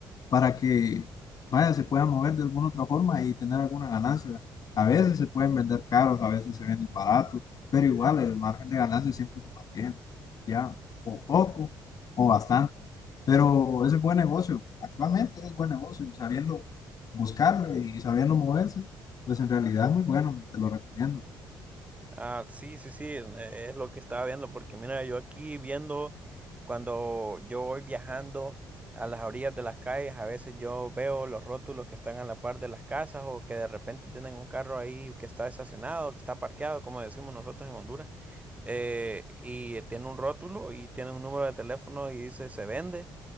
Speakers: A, on the left; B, on the right.
A: para que vaya, se pueda mover de alguna otra forma y tener alguna ganancia. A veces se pueden vender caros, a veces se venden baratos, pero igual el margen de ganancia siempre se mantiene, ya, o poco o bastante. Pero ese es buen negocio, actualmente es buen negocio, sabiendo buscarlo y sabiendo moverse, pues en realidad es muy bueno, te lo recomiendo.
B: Ah, sí, sí, sí, eh, es lo que estaba viendo, porque mira, yo aquí viendo, cuando yo voy viajando a las orillas de las calles, a veces yo veo los rótulos que están a la par de las casas o que de repente tienen un carro ahí que está estacionado, que está parqueado, como decimos nosotros en Honduras, eh, y tiene un rótulo y tiene un número de teléfono y dice se vende.